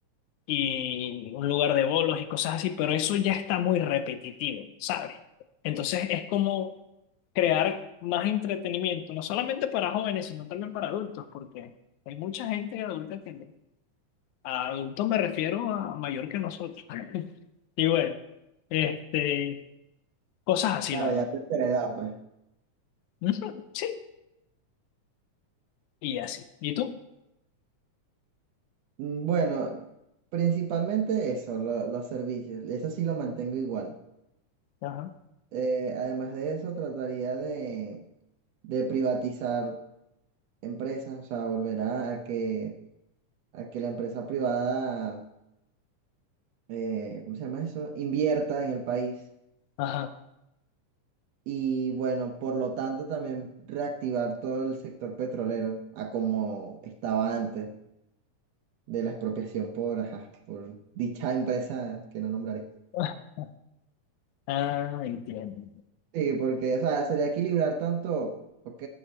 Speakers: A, on the left (about 80°); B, on the right (about 70°).
A: y un lugar de bolos y cosas así, pero eso ya está muy repetitivo, ¿sabes? Entonces es como crear más entretenimiento, no solamente para jóvenes, sino también para adultos, porque hay mucha gente adulta que... A adultos me refiero a mayor que nosotros. <laughs> Y bueno, este, cosas así,
B: claro,
A: la
B: ya
A: verdad.
B: tercera edad, pues.
A: Ujú, Sí, y así. ¿Y tú?
B: Mm, Bueno, principalmente eso, lo- los servicios. Eso sí lo mantengo igual.
A: Ajá,
B: Eh, además de eso, trataría de, de privatizar empresas, o sea, volver a, a que, a que la empresa privada, eh, ¿cómo se llama eso? Invierta en el país.
A: ajá.
B: Y bueno, por lo tanto, también reactivar todo el sector petrolero a como estaba antes. de la expropiación por, ajá, por dicha empresa que no nombraré.
A: <laughs> Ah, entiendo.
B: Sí, porque, o sea, sería equilibrar tanto, ok,